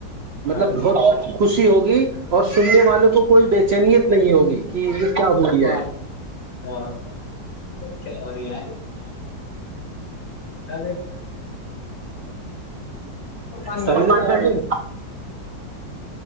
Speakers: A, on the right; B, on the left.
A: مطلب
B: ہاں جی
A: بہت خوشی ہوگی اور سننے والوں کو کوئی بے چینیت نہیں ہوگی کہ یہ کیا ہو رہیا
B: بس
A: ہے
B: ہاں کیا ہو رہ آ مان
A: سمجھ رہے سمجھ